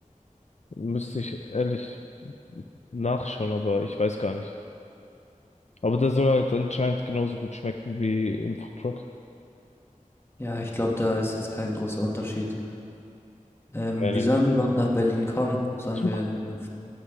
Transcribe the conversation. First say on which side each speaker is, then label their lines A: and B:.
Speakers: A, on the left (about 55°); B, on the left (about 15°).
A: Müsste ich ehrlich nachschauen, aber ich weiß gar nicht. Aber der soll halt anscheinend genauso gut schmecken wie im Foodtruck.
B: Ja, ich glaube, da ist jetzt kein großer Unterschied. Ähm,
A: Nee, nee,
B: wie sollen
A: nee.
B: wir überhaupt nach Berlin kommen? Sollen
A: Zug?
B: wir mit einem